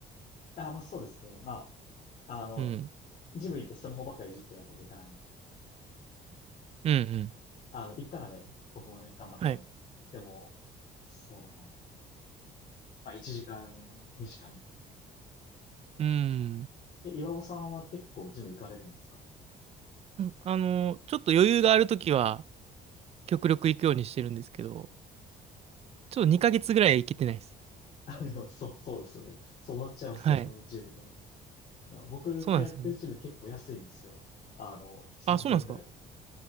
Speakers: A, on the left; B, on the right.
A: あ、まあそうですね。まあ、あの、
B: うん。
A: ジム行ってスマホばっかりいじってるわけにもいかないんで。
B: うんうん。
A: あの、行ったらね、僕もね、頑張ってやります。
B: はい。
A: でも、そうだな。まあ1時間、2時間ぐらい。
B: うーん。
A: え、岩尾さんは結構ジム行かれるんですか
B: あの、ちょっと余裕があるときは、極力行くようにしてるんですけど、ちょっと2ヶ月ぐらい行けてないです。
A: <laughs> あいや、そう、そうですよね。そうなっちゃいますよね、
B: はい。
A: ジムね。な僕、
B: そうなんですよね。
A: 通ってるジム結構安いんですよ。あの、月3000円ぐらい。
B: あ、そうなんですか。